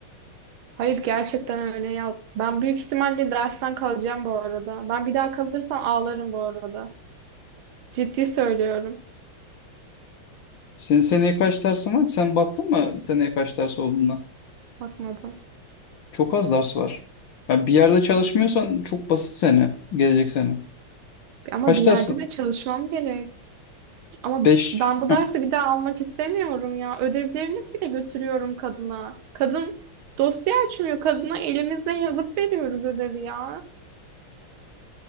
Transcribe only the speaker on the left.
Senin seneye kaç dersin var ki? Sen baktın mı seneye kaç ders olduğuna?
Çok az ders var. Ya bir yerde çalışmıyorsan çok basit sene. Gelecek sene.
Kaç
ders var?
5.